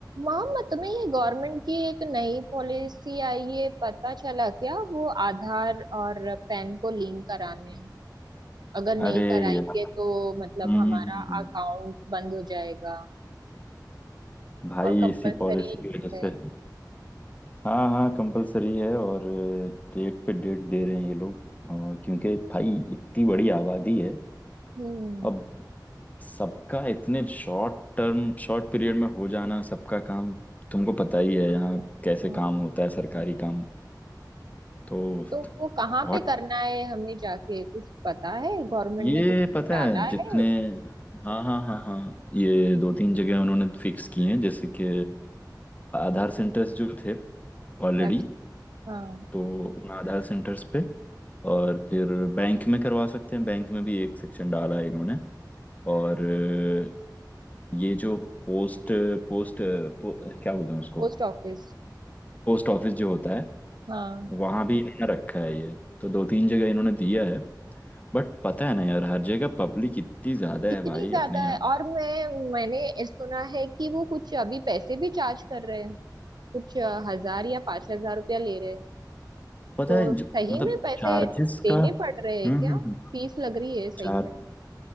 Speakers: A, on the right; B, on the left.
A: मामा तुम्हें ये गवर्नमेंट की एक नई पॉलिसी आई है पता चला क्या वो आधार और पैन को लिंक कराने हैं अगर
B: अरे
A: नहीं कराएंगे
B: यार
A: तो मतलब
B: हम्म
A: हमारा
B: हम्म, हम्म।
A: अकाउंट बंद हो जाएगा
B: भाई
A: और कंपलसरी
B: इसी पॉलिसी
A: लिंक
B: की वजह
A: है
B: से हाँ हाँ कंपलसरी है और डेट पे डेट दे रहे हैं ये लोग और क्योंकि भाई इतनी बड़ी आबादी है
A: हम्म
B: अब सबका इतने शॉर्ट टर्म शॉर्ट पीरियड में हो जाना सबका काम तुमको पता ही है यहाँ कैसे
A: हाँ।
B: काम होता है सरकारी काम तो
A: तो वो कहाँ
B: बहुत
A: पे करना है हमें जाके कुछ पता है गवर्नमेंट
B: ये
A: ने कुछ
B: पता
A: डाला
B: है जितने
A: है
B: हाँ हाँ हाँ हाँ ये दो तीन जगह उन्होंने फिक्स किए हैं जैसे कि आधार सेंटर्स जो थे ऑलरेडी
A: अच्छा हाँ
B: तो उन आधार सेंटर्स पे और फिर बैंक में करवा सकते हैं बैंक में भी एक सेक्शन डाला है इन्होंने और अ, ये जो पोस्ट पोस्ट पो, क्या बोलते हैं उसको
A: Post office
B: पोस्ट ऑफिस जो होता है
A: हाँ
B: वहाँ भी इन्होंने रखा है ये तो दो तीन जगह इन्होंने दिया है बट पता है ना यार हर जगह पब्लिक इतनी ज़्यादा
A: कितनी
B: है भाई
A: ज्यादा
B: अपने यहाँ
A: है और मैं मैंने सुना है कि वो कुछ अभी पैसे भी चार्ज कर रहे हैं कुछ अ, हजार या पांच हजार रुपया ले रहे हैं
B: पता
A: तो
B: है
A: सही
B: जो, मतलब
A: में पैसे
B: चार्जेस
A: देने
B: का हम्म
A: पड़ रहे हैं क्या
B: हम्म
A: फीस
B: हम्म।
A: लग रही है सही
B: चार
A: में